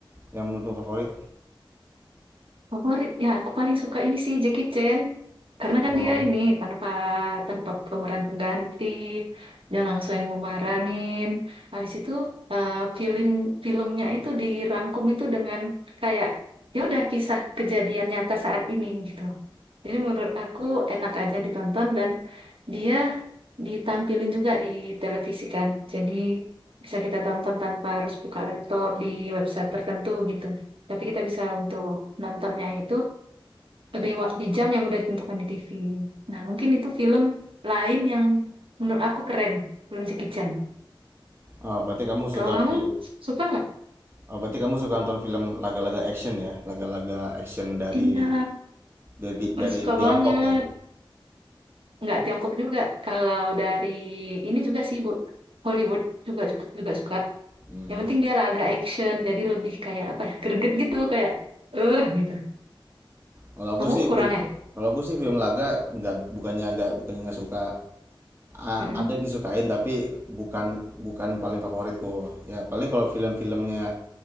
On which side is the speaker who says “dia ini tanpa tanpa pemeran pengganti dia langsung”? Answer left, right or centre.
Right